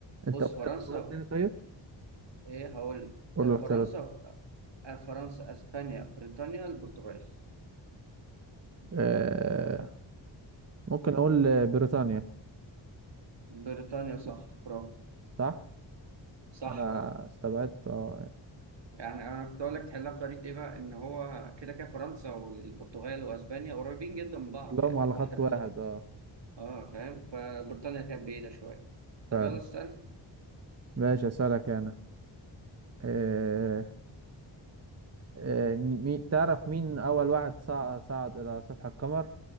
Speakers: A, on the right; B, on the right.
A: انت
B: بص
A: قلت
B: فرنسا
A: اختيارات تاني طيب
B: ايه هقول
A: قول
B: آه،
A: له
B: فرنسا
A: اختيارات
B: آه، فرنسا اسبانيا بريطانيا البرتغال
A: آه ممكن اقول بريطانيا
B: بريطانيا صح برافو
A: صح
B: صح
A: انا
B: اه
A: استبعدت اه
B: يعني انا كنت اقول لك تحلها بطريقه ايه بقى ان هو كده كده فرنسا والبرتغال واسبانيا قريبين جدا من بعض
A: لهم
B: يعني
A: على
B: واحده
A: خط
B: فوق
A: واحد اه
B: اه فاهم فبريطانيا كانت بعيدة شوية طب
A: فعلا
B: يلا اسأل
A: ماشي اسالك انا آه آه مي... تعرف مين اول واحد صع... صعد الى سطح القمر